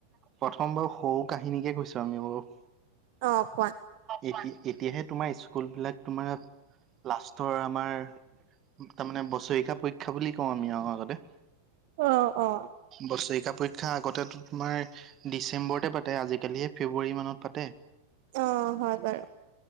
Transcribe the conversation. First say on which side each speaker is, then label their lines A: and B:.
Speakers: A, on the right (about 30°); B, on the right (about 50°).
A: প্ৰথম বাৰু সৰু কাহিনীকে কৈছো আমি বাৰু
B: অ কোৱা,
A: এতি-এতিয়াহে তোমাৰ স্কুল বিলাক, তোমাৰ লাষ্টৰ আমাৰ তাৰ মমানে বছৰেকা পৰীক্ষা বুলি কওঁ আমি আহৰ আগতে,
B: অ, অ,
A: বছৰিকা পৰীক্ষা আগতে টো তোমাৰ ডিচেম্বৰতে পাতে আজিকালিহে ফেব্ৰুৱাৰী মানত পাতে।
B: অ, হয় বাৰু।